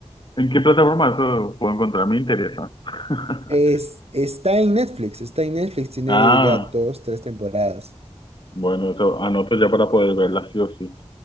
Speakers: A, on the left (about 40°); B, on the right (about 60°).
A: ¿En qué plataforma eso puedo encontrar? Me interesa. <laughs>
B: Es, está en Netflix, está en Netflix, tiene
A: Ah,
B: ya dos, tres temporadas.
A: bueno, eso anoto ya para poder verla, sí o sí.